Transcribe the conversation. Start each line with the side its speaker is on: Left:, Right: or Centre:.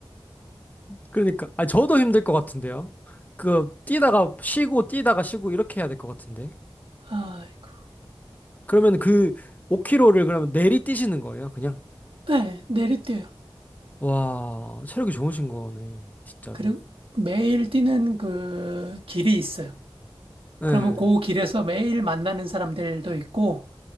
Left: 그러니까, 아, 저도 힘들 것 같은데요. 그, 뛰다가 쉬고, 뛰다가 쉬고, 이렇게 해야 될 것 같은데.
Right: <laughs> 아이고.
Left: 그러면 그, 5km를 그러면 내리 뛰시는 거예요, 그냥?
Right: 네, 내리뛰어요.
Left: 와, 체력이 좋으신 거네, 진짜로.
Right: 그리고 매일 뛰는 그 길이 있어요.
Left: 네.
Right: 그러면 그 길에서 매일 만나는 사람들도 있고,